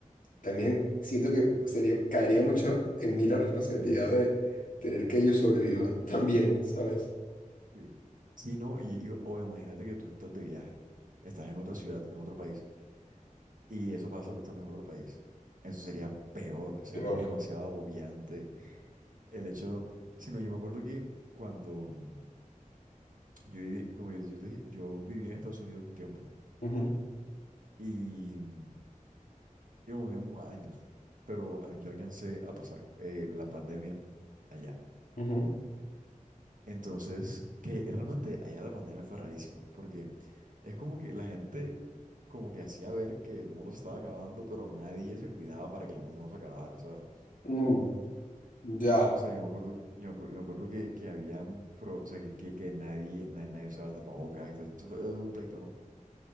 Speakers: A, on the left; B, on the right.
A: también siento que sería, caería mucho en mí la responsabilidad de tener que ellos sobrevivan <laughs> también, ¿sabes?
B: Sí. Sí, no, y, y- o imagínate que tú estás de viaje, estás en otra ciudad, en otro país, y eso pasa tú estando en otro país. Eso sería peor, sería
A: Peor.
B: demasiado agobiante. El hecho, si no, yo me acuerdo que cuando mm, yo, viví- como yo, yo te dije, yo viví en Estados Unidos un tiempo,
A: Ujú,
B: y mm, y hubo un tiempo, años, pero a- yo alcancé a pasar eh, la pandemia allá.
A: ujú.
B: Entonces, que realmente allá la pandemia fue rarísima, porque es como que la gente como que hacía ver que el mundo se estaba acabando, pero nadie se cuidaba para que el mundo no se acabara, ¿sabes?
A: Mm, ya.
B: O sea, yo me acuerdo, yo, me acu- yo me acuerdo que, que habían, pro- o sea, que, que, que nadie, nadie, nadie usaba el tapabocas, y todo, esto fue un pleito, ¿no?